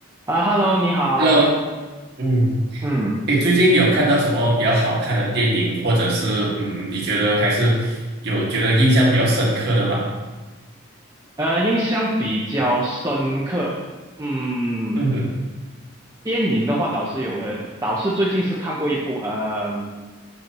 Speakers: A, on the right; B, on the right.
A: 啊，Hello，你好。
B: Hello，嗯，
A: 嗯
B: 你最近有看到什么比较好看的电影，或者是嗯，你觉得还是有觉得印象比较深刻的吗？
A: 呃，印象比较深刻，嗯，
B: 嗯哼，
A: 电影的话倒是有个，倒是最近是看过一部，呃，